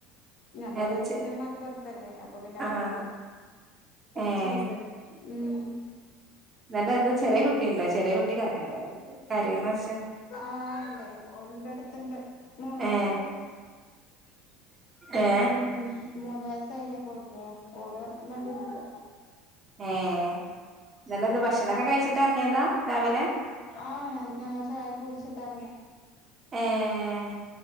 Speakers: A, on the left; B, on the right.
A: ഞമ്മള
B: അത്
A: പെര
B: ചെ
A: പിന്നെ മലപ്പൊറത്തല്ലേ അപ്പൊ പിന്നെ അവിടുന്ന്-
B: ആഹ്
A: കൊറച്ചുണ്ട്.
B: ഏ
A: മ്മ്
B: നിന്റെ <unintelligible> ചെറിയ കുട്ടിണ്ടോ ചെറിയ കുട്ടി കരയുന്ന - കരയുന്ന ഒച്ച
A: ആണ്ടേ. ഓള് ന്റെ അടുത്ത്ണ്ട് മൂന്ന്
B: ഏ
A: വയസായി.
B: ഏ
A: ഉം മൂന്ന് വയസായിലെ ഇപ്പോ ഉം ഓള് നടൂലിണ്ട്.
B: ഏഹ് നല്ലന്ത് ഭക്ഷണൊക്കെ കഴിച്ചിട്ടെറങ്ങിയതാ രാവിലെ
A: ആഹ് ഞാൻ ഞങ്ങൾ ചായൊക്കെ കുടിച്ച്ട്ടാ എറങ്യെ
B: ഏഹ്